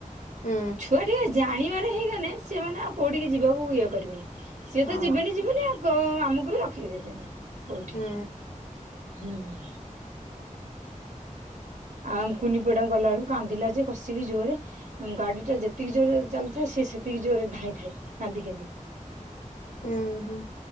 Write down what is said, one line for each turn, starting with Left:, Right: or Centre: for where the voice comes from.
Left: ହୁଁ
Right: ଛୁଆ ଟିକେ ଜାଣିବାର ହେଇଗଲେ ସେମାନେ ଆଉ କୋଉଠିକି ଯିବାକୁ ଇଏ କରିବେନି। ସିଏ
Left: ହଁ
Right: ତ ଯିବେନି ଯିବେନି ଆଉ ଆମକୁ ବି ରଖିଦେବେନି। କଉଠି
Left: ହୁଁ
Right: ହୁଁ। ଆମ୍ କୁନି ପୁଆ ଟା ଗଲା ବେଳକୁ କାନ୍ଦିଲା ଯେ କଷିକି ଜୋରେ ଗାଡି ଟା ଯେତିକି ଜୋରରେ ଚାଲୁଥାଏ ସେ ସେତିକି ଜୋର ରେ ଧାଇଁ ଥାଏ କାନ୍ଦି କାନ୍ଦି।
Left: ଉଁ ହୁଁ।